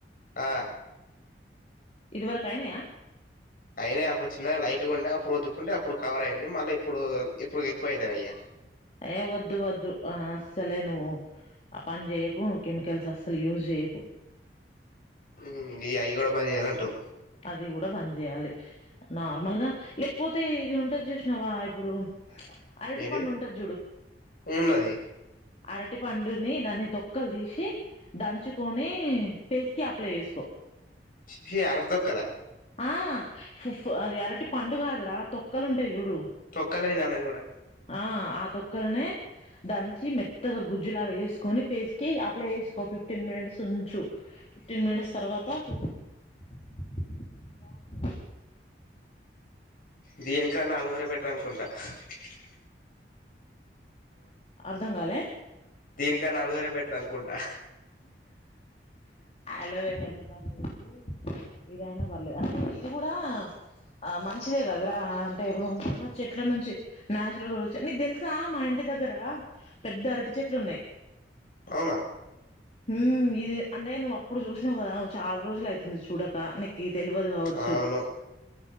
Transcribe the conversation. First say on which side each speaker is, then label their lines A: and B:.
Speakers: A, on the left; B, on the left.
A: ఆ
B: ఇది వరకయైనయా
A: అయినయి అప్పుడు చిన్న లైట్ ఉండే అప్పుడు ఉతుక్కుంటే అప్పుడు కవర్ అయింది మళ్ళీ ఇప్పుడు ఇప్పుడు ఎక్కువ అవుతాన అయ
B: అయే వద్దు వద్దు ఆ అస్సలే నువ్వు ఆ పని చేయకు కెమికల్స్ అస్సలు యూజ్ చేయకు
A: హ్మ్ ఈ అయి కూడా బంద్ చేయాలంటావ్
B: అది కూడా బంద్ చేయాలి నార్మల్ గా లేకపోతే ఇది ఉంటది చూసినావా ఇప్పుడు అరటిపండు
A: ఏంటిది
B: ఉంటది
A: ఉన్నది
B: అరటి పండుని దాన్ని తొక్కలు తీసి దంచుకొని ఫేస్కి అప్లై చేసుకో
A: ఛీ ఛీ అరటి తోక్క లా
B: ఆ ఫు అది ఆరటి పండు కాదురా తొక్కలు ఉంటాయి చూడు
A: తొక్కలని నా ది కూడా
B: ఆ ఆ తొక్కలనే దంచి మెత్తగా గుజ్జులాగా వేసుకొని ఫేస్ కి అప్లై చేసుకో ఫిఫ్టీన్ మినిట్స్ ఉంచు ఫిఫ్టీన్ మినిట్స్ తర్వాత ఫేస్ వాష్ చేసుకో బాగుంటది.
A: దీనికన్నా ఆలవేరా బెటర్ అనుకుంటా <unintelligible>
B: అర్థం కాలే
A: దీనికాన్న ఆలువేర బెటర్ అనుకుంటా
B: అలోవేర అయినా పర్లేదు ఇదయినా పర్లేదు అంటే ఇది కూడా ఆ మంచిదే కదురా అంటే ఇప్పుడు మన చెట్ల నుంచి నేచురల్గా వచ్చా నీకు తెలి తెలుసా మా ఇంటి దగ్గరా పెద్ద అరటి చెట్లు ఉన్నాయి
A: అవునా
B: హు ఇది అంటే నువ్వు అప్పుడు చూసినావు కదా చాలా రోజులు అయితుంది చూడక నీకు తెలివదు కావచ్చు
A: అవును